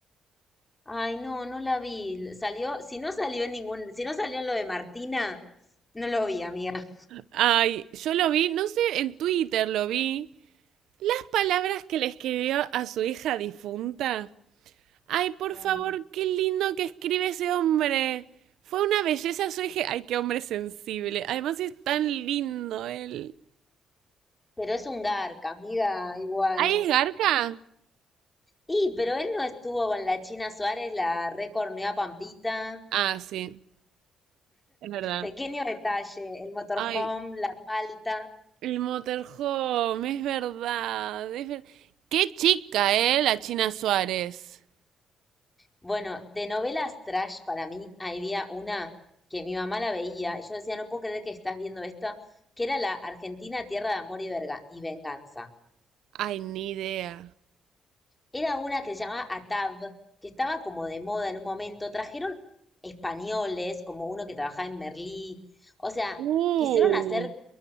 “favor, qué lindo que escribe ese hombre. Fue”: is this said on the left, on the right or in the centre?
Right